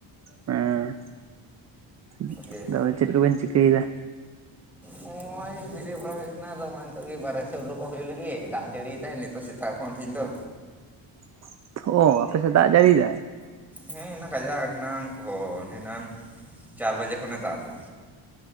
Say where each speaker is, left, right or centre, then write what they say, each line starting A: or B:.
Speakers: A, on the right; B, in the centre.
A: ᱦᱮᱸ <unintelligible>
B: ᱫᱤᱭᱮ
A: ᱛᱚᱞᱮ ᱪᱮᱫ ᱠᱚᱵᱤᱱ ᱪᱤᱠᱟᱹᱭᱮᱫᱟ?
B: ᱱᱚᱜᱼᱚᱭᱭ ᱵᱮᱨᱮᱫ ᱵᱟᱲᱟ ᱦᱩᱭ ᱠᱟᱱᱟ ᱟᱫᱚ ᱱᱚᱜᱼᱚᱭ ᱱᱤᱛᱚᱜ ᱜᱮ ᱵᱟᱦᱨ ᱥᱮᱫ ᱩᱰᱩᱠᱚᱜ ᱦᱩᱭᱩᱜ ᱞᱟᱹᱜᱤᱫ ᱫᱟᱜ ᱡᱟᱹᱲᱤ <unintelligible> ᱱᱤᱛᱚᱜ ᱥᱮᱛᱟᱜᱼᱼ ᱥᱮᱛᱟᱜ ᱠᱷᱚᱱ ᱛᱮᱦᱮᱧ ᱫᱚᱼᱼ
A: <unintelligible> ᱟᱯᱮ ᱥᱮᱫ ᱫᱟᱜ ᱡᱟᱹᱲᱤ ᱮᱫᱟᱭᱼᱼ
B: ᱦᱮᱸ ᱮᱱᱟᱝ ᱠᱟᱡᱟᱠ ᱮᱱᱟᱝ ᱠᱷᱚᱱ ᱮᱱᱟᱝ ᱪᱟᱨ ᱵᱟᱡᱮ ᱠᱷᱚᱱᱮ ᱫᱟᱜ ᱮᱫᱟ᱾